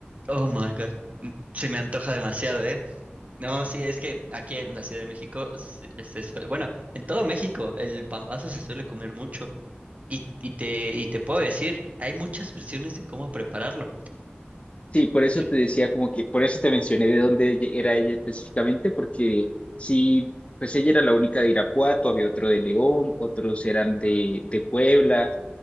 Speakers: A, on the right; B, on the left.
A: oh my God, se me antoja demasiado, ¿eh? No, sí, es que aquí en la Ciudad de México, se- se sue- bueno, en todo México el pambazo se suele comer mucho y, y te, y te puedo decir, hay muchas versiones de cómo prepararlo.
B: Sí,
A: Eh,
B: por eso
A: eh,
B: te decía como que, por eso te mencioné de dónde ella- era ella específicamente, porque sí, pues ella era la única de Irapuato, había otro de León, otros eran de, de Puebla.